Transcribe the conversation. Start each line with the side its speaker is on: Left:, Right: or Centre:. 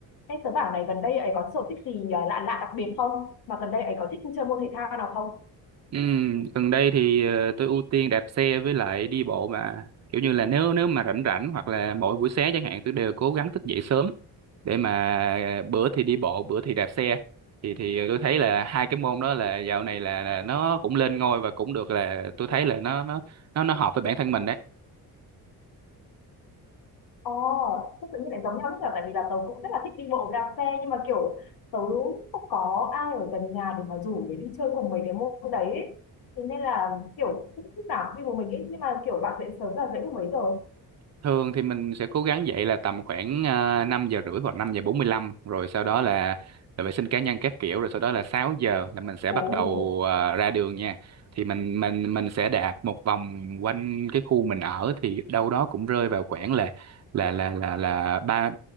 Left: Em tớ bảo này gần đây ấy có sở thích gì ờ, lạ lạ đặc biệt không? Mà gần đây ấy có thích chơi môn thể thao nào không?
Right: Ừm, gần đây thì ờ, tôi ưu tiên đạp xe với lại đi bộ mà kiểu như là nếu nếu mà rảnh rảnh hoặc là mỗi buổi sáng chẳng hạn tôi đều cố gắng thức dậy sớm để mà ờ, bữa thì đi bộ bữa thì đạp xe thì thì tôi thấy là hai cái môn đó là dạo này là, là nó cũng lên ngôi và cũng được là tôi thấy là nó nó nó nó hợp với bản thân mình đấy
Left: Ồ, oh, tự nhiên lại giống nhau rất là tại vì là tớ cũng rất là thích đi bộ đạp xe nhưng mà kiểu tớ không có ai ở gần nhà để mà rủ để đi chơi cùng mấy cái môn đấy ấy. Thế nên là kiểu cũng lúc nào cũng đi một mình ấy nhưng mà kiểu bạn dậy sớm là dậy lúc mấy giờ?
Right: Thường thì mình sẽ cố gắng dậy là tầm khoảng uh, 5 giờ rưỡi hoặc năm giờ bốn mươi lăm rồi sau đó là là vệ sinh cá nhân các kiểu rồi sau đó là 6 giờ là mình sẽ
Left: Ồ.
Right: bắt đầu à, ra đường nha. Thì mình mình mình sẽ đạp một vòng quanh cái khu mình ở thì đâu đó cũng rơi vào khoảng là là là là là ba